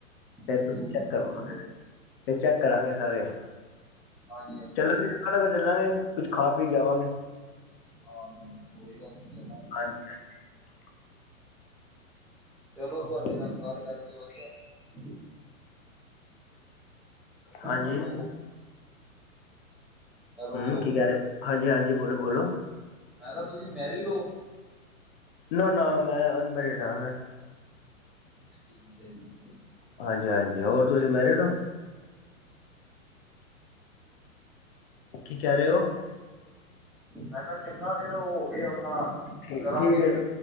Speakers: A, on the left; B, in the centre.
A: ਫੇਰ
B: ਬਿਲਕੁਲ
A: ਤੁਸੀਂ ਚੈੱਕ
B: ਬਿਲਕੁਲ
A: ਕਰਗੇ,
B: ਕੋਈ
A: ਫੇਰ ਚੈੱਕ ਕਰਾਂਗੇ ਸਾਰੇ।
B: ਹਾਂਜੀ ਹਾਂਜੀ
A: ਚੱਲਾਂਗੇ ਚਕਾਨ
B: ਹਾਂਜੀ
A: ਅਗਰ ਚੱਲਾਂਗੇ, ਕੁਛ ਖਾ ਪੀ ਕੇ ਆਵਾਂਗੇ।
B: ਹਾਂਜੀ-ਹਾਂਜੀ, ਕੋਈ ਗੱਲ ਨੀ ਚੱਲ
A: ਹਾਂਜੀ-ਹਾਂਜੀ,
B: ਚਲੋ,
A: ਹਾਂਜੀ
B: ਤੁਹਾਡੇ ਨਾਲ ਗੱਲ ਕਰਕੇ ਵਧੀਆ ਲੱਗਿਆ।
A: ਹਾਂਜੀ
B: ਹੈਲੋ, ਹੈਲੋ
A: ਹੂੰ ਕੀ ਕਹਿ ਰਹੇ, ਹਾਂਜੀ-ਹਾਂਜੀ ਬੋਲੋ-ਬੋਲੋ
B: ਮੈਂ ਕਿਹਾ ਤੁਸੀਂ ਮੈਰੀਡ ਹੋ?
A: ਨਾ-ਨਾ ਮੈਂ ਅਨਮੈਰੀਡ ਆ ਮੈਂ,
B: ਠੀਕ ਏ ਜ
A: ਹਾਂਜੀ-ਹਾਂਜੀ, ਹੋਰ ਤੁਸੀਂ ਮੈਰਿਡ ਹੋ? ਕੀ ਕਹਿ ਰਹੇ ਔ?
B: ਮੈਂ ਕਿਹਾ ਚਿੰਨਾ ਫੇਿਰ ਹੋ ਗਏ ਆਪਣਾ
A: ਠੀਕ
B: ਕਰਾਂਗੇ
A: ਠੀਕ
B: ਫੇਿਰ
A: ਹੈ